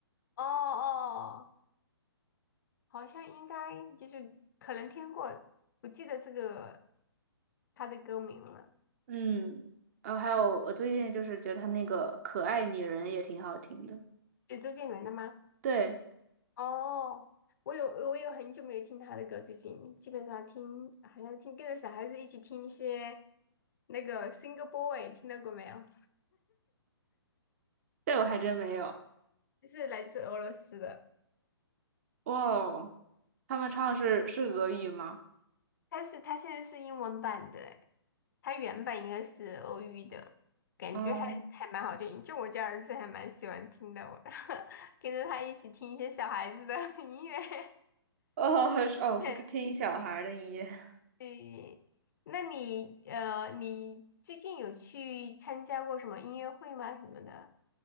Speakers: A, on the left; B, on the right.
A: 哦哦，好像应该就是可能听过，不记得这个他的歌名了，
B: <laughs> 嗯，然后还有我最近就是觉得他那个《可爱女人》也挺好听的。
A: 是周杰伦的吗？
B: 对，
A: 哦，我有我有很久没有听他的歌，最近基本上听好像听跟着小孩子一起听一些那个 Single Boy，听到过没有？
B: 这我还真没有。
A: 就是来自俄罗斯的，
B: 哇哦，他们唱是是俄语吗？
A: 但是他现在是英文版的。它原版应该是欧语的，感觉还还蛮好听，
B: 嗯，
A: 就我家儿子还蛮喜欢听的，我 <laughs> 跟着他一起听一些小孩子的 <laughs> 音乐。
B: 哦是哦，
A: <laughs> 对，
B: 是个听小孩儿的音乐。
A: 对那你呃，你最近有去参加过什么音乐会吗？什么的？